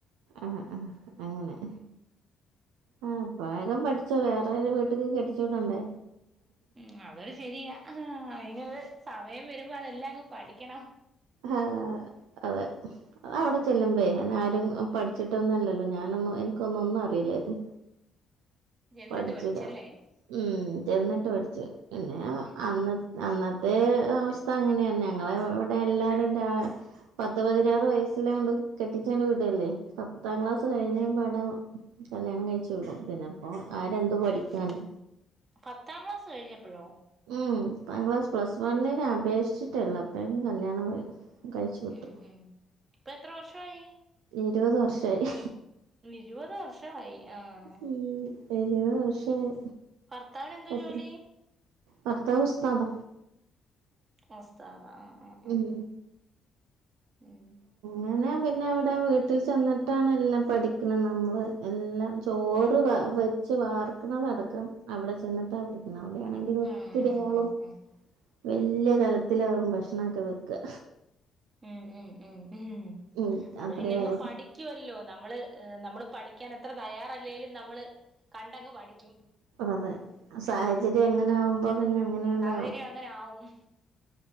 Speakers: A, on the right; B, on the right.
A: ആ ആ അങ്ങനെ
B: ഉം
A: ആ വേഗം പഠിച്ചോ വേറെരു വീട്ടക്ക് കെടിച്ചുവിടണ്ടേ
B: ഉ അതൊരു ശരിയാ അയ് നൊരു സമയം വരുമ്പോ അതെല്ലാം അങ്ങ് പഠിക്കണം
A: ആഹ് അതെ അതവിടെ ചെല്ലുമ്പേ എന്ന ആരും പഠിച്ചിട്ടൊന്നല്ലല്ലോ ഞാനൊന്നും എനിക്കൊന്നും ഒന്നും അറി ലേ നു അറിയില്ലായിരുന്നു.
B: <inaudible>
A: പഠിച്ചിടാ
B: പഠിച്ചല്ലേ
A: ഉ ചെന്നിട്ട് പഠിച്ചു പിന്നെ
B: ഉം
A: അന്ന അന്ന ഏ അവസ്ഥ അങ്ങനെയാണ് ഞങ്ങള ഇവിടെ എല്ലാവരും. ര പത്ത് പതിനാറ് വയസ്സില്ണ്ട് കെട്ടിച്ചണ്ട് വിടല്ലേ പത്താം ക്ലാസ് കഴിഞ്ഞ പാടോ കല്യാണം കഴിച്ച വിടും പിന്നെപ്പോ ആരെന്ത് പഠിക്കാണ്.
B: എട്ട് പത്താം ക്ലാസ് കഴിഞ്ഞപ്പഴോ
A: ഉം ക്ലാസ് പ്ലസ് വണ്ണിനന് അപേക്ഷിച്ചിട്ടള്ളോ അപ്പോഴക്കും കല്യാണം കഴി കഴിച്ചു വിട്ടു
B: ഉം ഉം ഇപ്പൊ എത്ര വർഷമായി
A: ഇരുപത് വർഷായി
B: ഇരുപത് വർഷമായി ആഹ്
A: ഉം ഇരുപത് വർഷായി
B: ഭർത്താവിന ന്തോ
A: എത്ര
B: ജോലി
A: ഭർത്താവ് ഉസ്താദ
B: ആഹ് ഉസ്താദാ ആഹ് ആഹ്
A: ഉം
B: ഉം
A: അങ്ങനെ പിന്നെ അവിടെ വീട്ടിൽ ചെന്നിട്ടാണ് എല്ലാം പഠിക്കുന്നത് നമ്മള് എല്ലാം ചോറ് കുച്ച് വാർക്കുന്നതടക്കം അവിടെ ചെന്നിട്ട് അവിടിക്ക അവിടെയാണെങ്കിലിൽ ഒത്തിരിയാളും
B: ആഹ് ആഹ് ആഹ്
A: വല്യ കലത്തിലാവും ഭക്ഷണൊക്കെ വെക്ക
B: ഉം ഉം ഉം ഉം ഉ
A: ഉം
B: അത്
A: അത്രയും
B: പിന്നെ പടി ഠിക്കുവല്ലോ നമ്മള് നമ്മള് പഠിക്കാൻ എത്ര തയ്യാറല്ലേലും നമ്മള് കണ്ടങ്ങ് പഠിക്കും
A: അതെ സാഹചര്യം അങ്ങനെ ആകുമ്പോ പിന്നെ എങ്ങനെയുണ്ടാവ
B: ശരി അങ്ങനെ ആവും